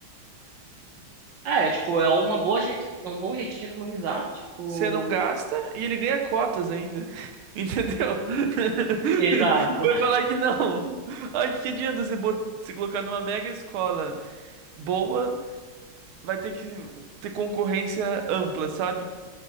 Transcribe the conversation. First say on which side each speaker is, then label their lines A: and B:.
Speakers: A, on the right; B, on the right.
A: Ah, é, tipo, é uma boa jeito, é um bom jeito de economizar, tipo,
B: Você não gasta e ele ganha cotas ainda. <laughs> Entendeu? <laughs>
A: exato.
B: Vai falar que não. Ai, que adianta você bot- se colocar numa mega escola boa, vai ter que ter concorrência ampla, sabe?